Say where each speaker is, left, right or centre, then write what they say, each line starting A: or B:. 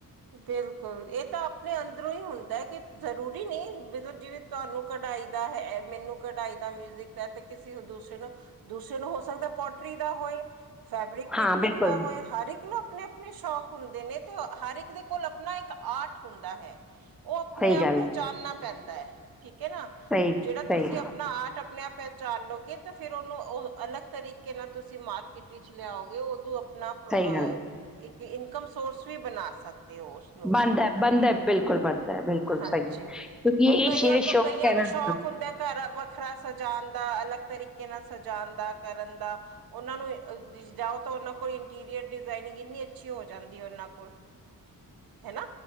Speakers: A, on the right; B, in the centre.
A: ਬਿਲਕੁੱਲ ਏ ਤਾਂ ਆਪਣੇ ਅੰਦਰੋਂ ਈ ਹੁੰਦੈ ਕੀ ਜ਼ਰੂਰੀ ਨਈ ਮਤਲਬ ਜਿਵੇਂ ਤੁਹਾਨੂੰ ਕਢਾਈ ਦਾ ਹੈ, ਮੈਨੂੰ ਕਢਾਈ ਦਾ ਮਿਊਜਿਕ ਦਾ ਤੇ ਕਿਸੇ ਦੂਸਰੇ ਨੂੰ ਦੂਸਰੇ ਨੂੰ ਹੋ ਸਕਦਾ ਪੋਟਰੀ ਦਾ ਹੋਏ। ਫੈਬਰਿਕ
B: ਤੋਂ।
A: ਪੇਂਟਿੰਗ
B: ਹਾਂ ਬਿਲਕੁਲ
A: ਦਾ ਹੋਏ ਹਰ ਇੱਕ ਨੂੰ ਆਪਣੇ-ਆਪਣੇ ਸ਼ੌਕ ਹੁੰਦੇ ਨੇ ਤੇ ਹਰ ਦੇ ਕੋਲ ਆਪਣਾ ਇੱਕ ਆਰਟ ਹੁੰਦਾ ਹੈ ਓ ਆਪਣੇ
B: ਸਹੀ
A: ਆਪ
B: ਗੱਲ
A: ਪਹਿਚਾਣ
B: ਹੈ,
A: ਨਾ ਪੈਂਦੈ ਠੀਕ ਐ ਨਾ
B: ਸਹੀ
A: ਜੇੜਾ ਤੁਸੀਂ
B: ਸਹੀ
A: ਅ ਪਣਾ ਆਰਟ ਆਪਣੇ ਆਪ ਪਹਿਚਾਣ ਲਓਗੇ ਤਾਂ ਫਿਰ ਓਨੂੰ ਓ ਅਲੱਗ ਤਰੀਕੇ ਨਾਲ ਤੁਸੀਂ ਮਾਰ ਕਿਟ ਚ ਲਿਆਓਗੇ ਉਦੋਂ ਆਪਣਾ
B: ਸਹੀ
A: ਅ
B: ਗੱਲ
A: ਇੱਕ ਇਨਕਮ ਸੋਰਸ ਵੀ ਬਣਾ ਸਕ ਦੇ ਓ ਉਸਨੂੰ ਵੀ
B: ਬਣਦਾ ਬਣਦਾ ਬਿਲਕੁਲ ਬਣਦਾ ਬਿਲਕੁਲ
A: ਹਾਂਜੀ
B: ਸਹੀ ਹੈ ਕਿਉਂਕਿ
A: ਹੁਣ
B: ਇਹ
A: ਕਈਆਂ
B: ਜਿਹੜੇ
A: ਕੋ
B: ਸ਼ੌਕ
A: ਕਈਆਂ
B: ਹੈ
A: ਨੂੰ
B: ਨਾ
A: ਸ਼ੌਕ ਹੁੰਦੈ ਘਰ ਵੱਖਰਾ ਸਜਾਣ ਦਾ ਅਲੱਗ ਤਰੀਕੇ ਨਾਲ ਸਜਾਨ ਦਾ ਕਰਨ ਦਾ। ਓਨਾਂ ਨੂੰ ਜਾਓ ਤਾਂ ਓਨਾਂ ਕੋਲ ਇੰਟੀਰੀਅਰ ਡਿਜ਼ਾਇਨਿੰਗ ਇੰਨੀ ਅੱਛੀ ਹੋ ਜਾਂਦੀ ਐ ਓਨਾਂ ਕੋਲ। ਹੈਨਾ।